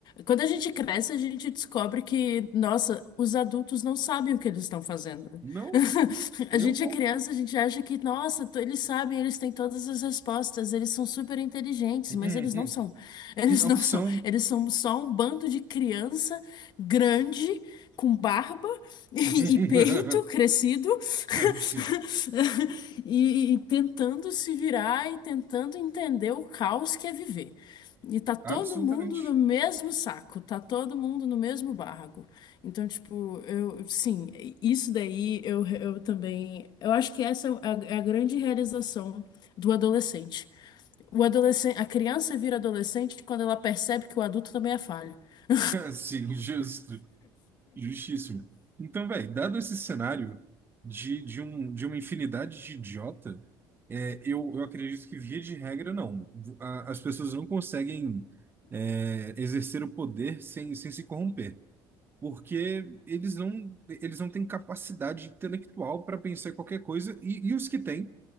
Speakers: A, on the left; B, on the right.
A: Quando a gente cresce, a gente descobre que, nossa, os adultos não sabem o que eles estão fazendo.
B: Não,
A: <laughs>
B: nem
A: A gente
B: um pouco.
A: é criança, a gente acha que, nossa, to- eles sabem, eles têm todas as respostas, eles são super inteligentes,
B: <laughs>
A: mas eles não são. <laughs> Eles
B: Não
A: não
B: são.
A: são. Eles são só um bando de criança grande, com barba. <laughs> e
B: <laughs>
A: e peito crescido <laughs>
B: Sim,
A: e, e tentando se virar e tentando entender o caos que é viver. E tá todo
B: absolutamente.
A: mundo no mesmo saco, tá todo mundo no mesmo barraco. Então, tipo, eu, sim, isso daí eu, eu também. Eu acho que essa é a, é a grande realização do adolescente. O adolescente, a criança vira adolescente quando ela percebe que o adulto também é falho. <laughs>
B: Sim, justo. Justíssimo. Então, velho, dado esse cenário de, de, um, de uma infinidade de idiota, é, eu, eu acredito que, via de regra, não. A- as pessoas não conseguem, é, exercer o poder sem, sem se corromper porque eles não eles não têm capacidade intelectual para pensar em qualquer coisa e, e os que têm,